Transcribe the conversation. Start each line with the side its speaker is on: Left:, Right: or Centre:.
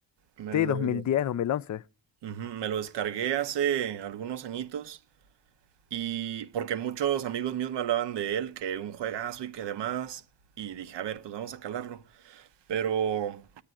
Right: Me
Left: Sí,
Right: lo,
Left: 2010,
Right: Ujú,
Left: 2011.
Right: me lo descargué hace algunos añitos y porque muchos amigos míos me hablaban de él, que un juegazo y que demás, y dije, a ver, pues vamos a calarlo. Pero